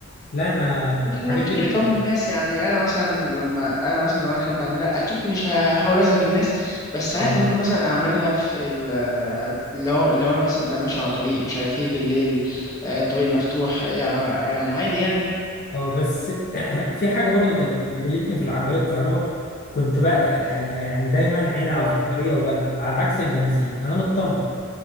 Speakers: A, on the left (about 45°); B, on the left (about 15°).
A: لا انا
B: مش
A: الحاجات
B: ما فيش
A: دي بت
B: احترام للناس يعني انا مثلا لما انا مثلا لو انا احب اعملها اكيد مش هحاول ازعج الناس بس عادي
A: اه
B: ممكن مثلا اعملها في ال- لو لو انا مثلا بقى ماشي على طريق مش عارف ايه بالليل آه، طريق مفتوح يعني يعني عادي يعني
A: آه، بس <coughs> <clears throat> في حاجه برضو كانت قابلتني في العربيه الكهرباء كنت بقلق الحقيقه يعني دايما عيني على
B: طالما-
A: البطاريه وبقلق على عكس البنزين انا مطمن